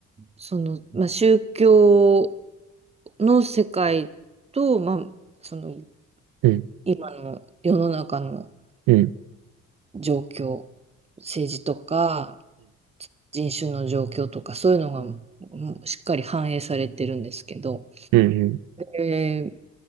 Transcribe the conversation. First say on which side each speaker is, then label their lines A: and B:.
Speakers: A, on the right (about 20°); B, on the right (about 85°).
A: その、まあ、宗教の世界と、まあ、その
B: うん、
A: 今の世の中の
B: うん、うん、
A: 状況政治とか人種の状況とかそういうのがうんしっかり反映されてるんですけど、
B: うん、うん。
A: えー